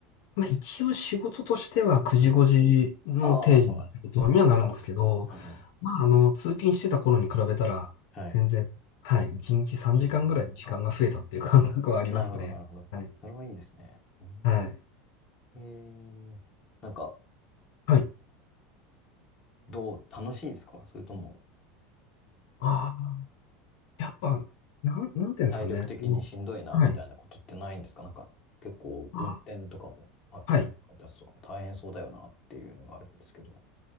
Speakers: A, on the left; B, on the left.
A: まあ、一応仕事としては9時5時の定時の仕事にはなるんですけど、
B: うん。ああ、そうなんです。そうなんです。うんうん。
A: まあ、あの、通勤してた頃に比べたら、
B: はい。
A: 全然、はい、1日3時間ぐらい時間が増えたっていう感覚はありますね。
B: うん。なるほど、なるほど。
A: はい。
B: それはいいですね。うん、
A: はい。
B: えー、なんか、
A: はい。
B: どう、楽しいですかそれとも、
A: ああ、やっぱ、なん、なんていうんですかね。
B: 体力的にしんどいな、
A: そのはい。
B: みたいなことってないんですかなんか、結構、運転とかも、
A: あ
B: あと、
A: ー、はい。
B: 配達とかも大変そうだよな、っていうのがあるんですけど。